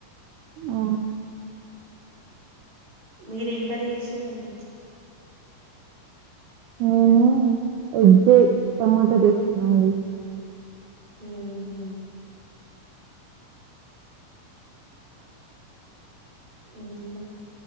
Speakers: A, on the right; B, on the right.
A: ఆ
B: మీరెం కర్రీ చేసిరండి?
A: నేను ఎగ్ టమాటా చేసుకున్నామండి
B: ఉహు ఇంకా